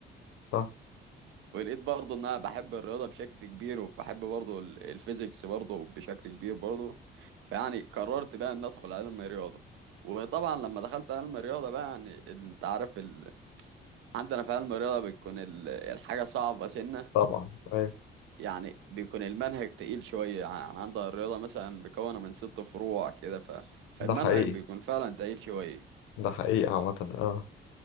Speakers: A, on the left; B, on the right.
A: صح
B: ولقيت برضه إن أنا بحب الرياضة بشكل كبير وبحب برضه ال- الفيزيكس برضه بشكل كبير برضه فيعني قررت بقى إن أدخل علم الرياضة وطبعا لما دخلت علم الرياضة بقى يعني انت عارف ال... عندنا في علم الرياضة بتكون ال- الحاجة صعبة سنة
A: طبعا ايوه
B: يعني بيكون المنهج تقيل شوية يعني عندها الرياضة مثلا مكونة من ست فروع كده ف... فالمنهج
A: ده حقيقي
B: بيكون فعلا تقيل شوية
A: ده حقيقي عامة اه